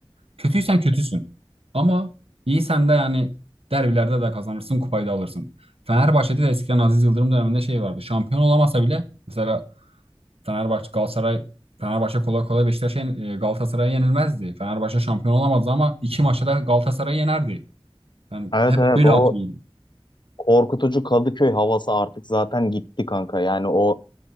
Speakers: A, on the right; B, on the left.
A: Kötüysen kötüsün. Ama iyisen de yani derbilerde de kazanırsın, kupayı da alırsın. Fenerbahçe'de de eskiden Aziz Yıldırım döneminde şey vardı. Şampiyon olamasa bile mesela Fenerbahçe Galatasaray Fenerbahçe kolay kolay Beşiktaş'a yen- e, Galatasaray'a yenilmezdi. Fenerbahçe şampiyon olamazdı ama iki maçta da Galatasaray'ı yenerdi. Ben
B: evet
A: hep
B: evet
A: böyle
B: o
A: hatırlıyorum.
B: korkutucu Kadıköy havası artık zaten gitti kanka. Yani o